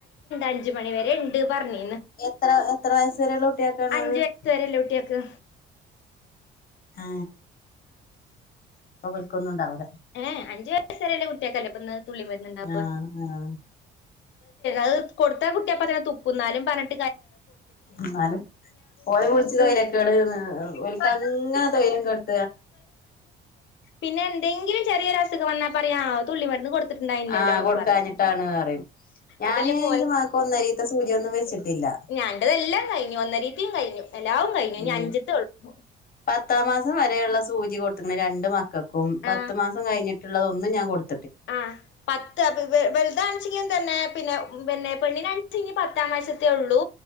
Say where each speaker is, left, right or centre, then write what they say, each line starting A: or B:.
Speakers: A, on the left; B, on the left.
A: അഞ്ച മണിവ വരെ ഉണ്ട് പറഞ്ഞു
B: എത്ര എത്ര വയസ് വരെയുള്ള കുട്ടിയക്കാനാഥ്
A: അഞ്ച് വയസ് വരെല്ലേ കുട്ട്യാക്ക്
B: ആ അപ്പൊ ബൽക്കൊന്നുംണ്ടാവ
A: ഏ അഞ്ചു വയസ് വരെല്ലേ കുട്ടിയക്കല്ലേ ഇപ്പൊന്ന് തുള്ളിം മരുന്നുണ്ടാവുവ
B: ആഹ് ആഹ്
A: അത് കൊടുത്ത കുട്ടിയാപ്പെ തുപ്പുന്നാലും പറഞ്ഞട്ട്
B: എന്നാലും ഓല കുളിച്ചു തരം കേട്
A: അത്
B: ഒക്ക്ങ്ങനെ തൊരം കേ
A: പിന്നെ എന്തെങ്കിലും ചെറിയൊ അസുഖ വന്നാ പറയാ തുള്ളി മരുന്ന് കൊടുത്ത ണ്ടായില്ലല്ലോ
B: ആഹ്
A: എന്ന്
B: കൊടുക്കാഞ്ഞിട്ടാണ്
A: പറയും
B: പറയും ഞാന്
A: അതല്ലേ പോല
B: എന്റെ മകൾക്ക് ഒന്നരീത്തെ സൂചിയൊന്നും വെച്ചിട്ടില്ല
A: ഞാന്റെതെല്ലാം കഴിഞ്ഞു ഒന്ന രീതിയും കഴിഞ്ഞു എലാവും കഴിഞ്ഞു
B: ഉം
A: ഇനി അഞ്ചിത്ത് കൊള്ളു
B: പത്താം മാസം വരെയുള്ള സൂചി കൊടുത്തുന്നു രണ്ട് മക്കൾക്കും പത്ത്
A: ആ
B: മാസം കഴിഞ്ഞിട്ട് ഉള്ളതൊന്ന ഞാൻ. കൊടു
A: ആ പത്ത് വലുത കാണിച്ചെങ്കിലും തന്നെ പിന്നെ പിന്നെ പെണ്ണിനാ ഇനി പത്താം വയസത്തേ ഉള്ളു